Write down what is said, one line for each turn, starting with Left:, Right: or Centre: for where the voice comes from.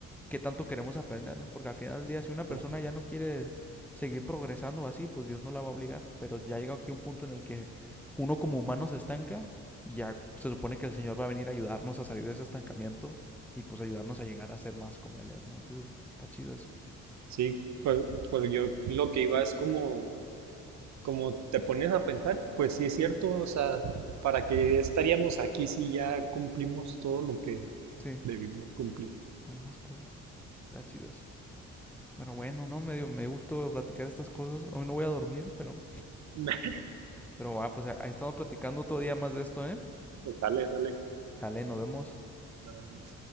Centre: qué tanto queremos aprender, ¿no? Porque al final del día, si una persona
Right: Ajá.
Centre: ya no quiere seguir progresando así, pues Dios no la va a obligar. Pero ya llega aquí un punto en el que uno como humano se estanca y ya se supone que el Señor va a venir a ayudarnos a salir de ese estancamiento y pues ayudarnos a llegar a ser más como Él es, ¿no? Entonces, está chido eso.
Right: Sí, pues, pues yo lo que iba es como como te pones a pensar, pues sí es cierto, o sea, ¿para qué estaríamos aquí si ya cumplimos todo lo que
Centre: Sí,
Right: debimos cumplir?
Centre: no hay más cosas. Está chido eso. Bueno, bueno, no, me dio, me dio gusto platicar estas cosas. Hoy no voy a dormir, pero,
Right: <laughs>
Centre: pero va, pues ahí estamos platicando otro día más de esto, ¿eh?
Right: sale, sale,
Centre: Sale, nos vemos.
Right: nada más.